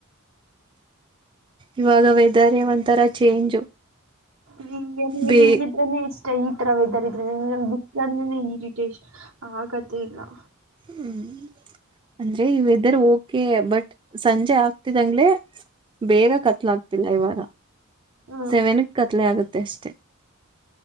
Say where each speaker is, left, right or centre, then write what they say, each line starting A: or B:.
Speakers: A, on the right; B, on the right.
A: ಇವಾಗ ವೆದರೆ ಒಂತರಾ ಚೇಂಜು
B: ಹಿಂಗೇನೆ ನೀನೀಗ
A: ಬೇ
B: ಹಿಂಗಿದ್ರೇನೆ ಇಷ್ ಛೆ ಈತರ ವೆದರ್ ಇದ್ರೆ ನಂಗ್ ಬುಕ್ ಅಂದ್ರೇನೆ ಈರಿಟೇಶನ್ ಆಗದ್ದೆ ಇಲ್ಲಾ
A: ಹ್ಮ್ ಅಂದ್ರೆ ಈ ವೆದರ್ ಓಕೆ ಬಟ್ ಸಂಜೆ ಆಗ್ತಿದಂಗ್ಲೆ ಬೇಗ ಕತ್ಲ ಆಗ್ತಿಲ್ಲ ಇವಾಗ
B: ಹಾ
A: ಸೆವೆನ್ಕ್ ಕತ್ಲೆ ಆಗತ್ತೆ ಅಷ್ಟೆ